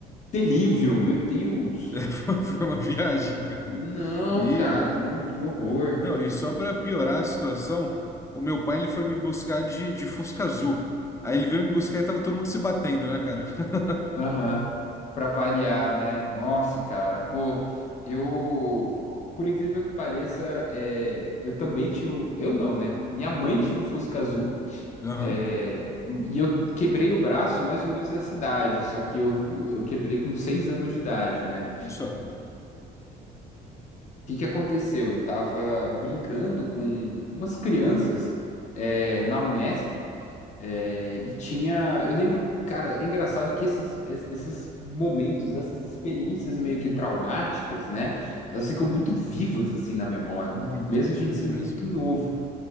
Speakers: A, on the left; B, on the left.
A: terrível, meu Deus.
B: É, Foi foi uma viagem, cara.
A: Não,
B: E,
A: cara, não, que horror.
B: não, e só para piorar a situação, o meu pai ele foi me buscar de, de Fusca Azul. Aí ele veio me buscar e tava todo mundo se batendo, né, cara? <laughs>
A: Aham. Pra variar, né? Nossa, cara, pô, eu, por incrível que pareça, é, eu também tinha um, eu não, né? Minha mãe tinha um Fusca azul,
B: Aham,
A: é, e eu quebrei o braço mais ou menos nessa idade, só que eu, eu quebrei com seis anos de idade, né?
B: só.
A: que que aconteceu? Eu tava brincando com umas crianças é, na Unesp é, e tinha. Eu lembro, cara, é engraçado que esses, es- esses momentos, essas experiências meio que traumáticas, né? Elas ficam muito vivas assim na memória,
B: Muito,
A: mesmo a
B: muito
A: gente sendo
B: mesmo.
A: muito novo.